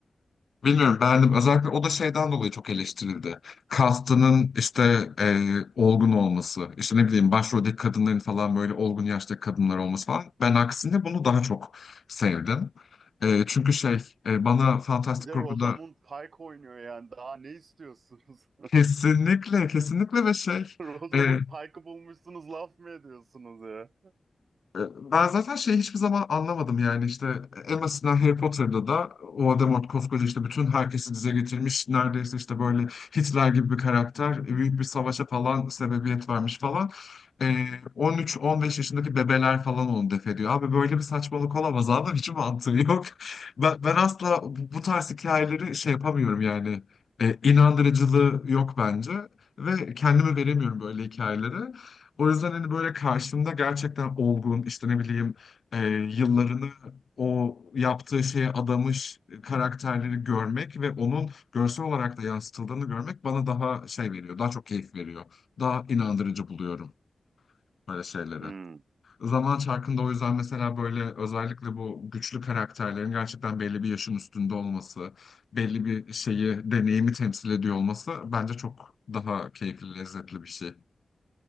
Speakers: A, on the left (about 65°); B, on the right (about 65°).
A: Bilmiyorum beğendim. Özellikle o da şeyden dolayı çok eleştirildi. Kastının işte e, olgun olması, işte ne bileyim başroldeki kadınların falan böyle olgun yaştaki kadınlar olması falan. Ben aksine bunu daha çok sevdim. E, çünkü şey e, bana Fantastik
B: Bir de
A: Korku'da
B: Rosamund Pike oynuyor yani. Daha ne istiyorsunuz?
A: kesinlikle kesinlikle ve şey
B: <laughs> Rosamund
A: e,
B: Pike'ı bulmuşsunuz laf mı ediyorsunuz ya?
A: E, Ben zaten şeyi hiçbir zaman anlamadım yani işte e, en basitinden Harry Potter'da da Voldemort koskoca işte bütün herkesi dize getirmiş neredeyse işte böyle Hitler gibi bir karakter e, büyük bir savaşa falan sebebiyet vermiş falan. E, 13-15 yaşındaki bebeler falan onu def ediyor. Abi böyle bir saçmalık olamaz abi <laughs> hiç mantığı yok. <laughs> Ben, ben asla bu, bu tarz hikayeleri şey yapamıyorum yani E, inandırıcılığı yok bence ve kendimi veremiyorum böyle hikayelere. O yüzden hani böyle karşımda gerçekten olgun işte ne bileyim e, yıllarını o yaptığı şeye adamış karakterleri görmek ve onun görsel olarak da yansıtıldığını görmek bana daha şey veriyor, daha çok keyif veriyor. Daha inandırıcı buluyorum böyle şeyleri.
B: Hmm,
A: Zaman Çarkı'nda o yüzden mesela böyle özellikle bu güçlü karakterlerin gerçekten belli bir yaşın üstünde olması, belli bir şeyi, deneyimi temsil ediyor olması bence çok daha keyifli, lezzetli bir şey.